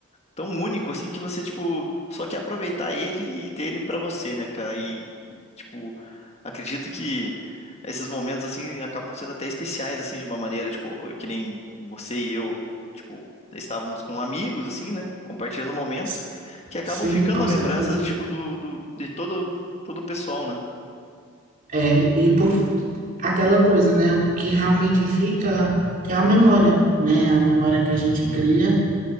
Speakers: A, on the left; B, on the right.
A: tão único assim que você, tipo, só quer aproveitar ele e ter ele pra você, né, cara? E, tipo, acredito que esses momentos assim acabam sendo até especiais assim de uma maneira, tipo, que nem você e eu, tipo, estávamos com amigos assim, né, compartilhando momentos
B: S-
A: que acabam
B: Sim,
A: ficando
B: com
A: a lembrança
B: certeza.
A: tipo do, do de todo todo o pessoal, né?
B: É, e por aquela coisa, né? O que realmente fica é a memória, né? A memória que a gente
A: Uhum,
B: cria.